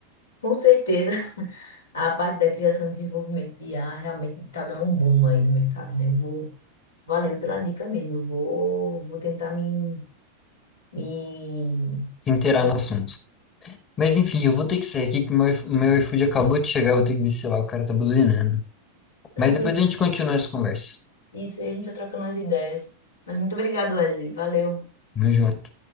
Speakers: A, on the left (about 70°); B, on the left (about 30°).
A: com certeza <laughs> a parte da criação e desenvolvimento de IA realmente está dando um boom aí no mercado, né? Eu vou, valeu pela dica mesmo. Eu vou, vou tentar me, me
B: Se inteirar
A: apro-
B: no assunto. Mas enfim, eu vou ter que sair aqui que meu, iFo- meu iFood acabou de chegar, eu vou ter que descer lá, o cara tá buzinando.
A: Tranquilo,
B: Mas depois a gente continua essa conversa.
A: Isso, aí a gente vai trocando as ideias. Mas muito obrigado, Wesley. Valeu.
B: Tamo junto.